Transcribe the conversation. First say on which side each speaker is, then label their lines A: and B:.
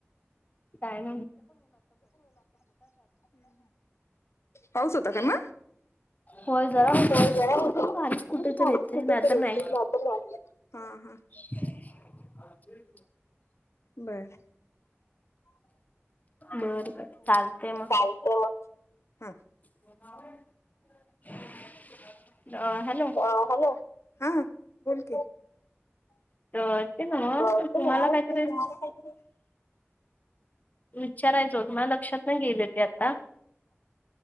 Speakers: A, on the left; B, on the left.
A: काय आणि
B: पाऊस होता का मग.
A: होय जरा होता,
B: होय जरा होता
A: उगच बारीक कुठे तर
B: पाऊस
A: येतय
B: कुठे
A: नाही तर
B: येतोय
A: नाही.
B: जातो नाही हा हा
A: <unintelligible>
B: बर.
A: बर बर चालते मग.
B: चालते मग.
A: <unintelligible> हॅलो.
B: अ हॅलो हा बोल की.
A: <unintelligible>
B: <unintelligible>
A: तुम्हाला काहीतरी विचारायच होत, माझ्या लक्षातन गेल ते आता.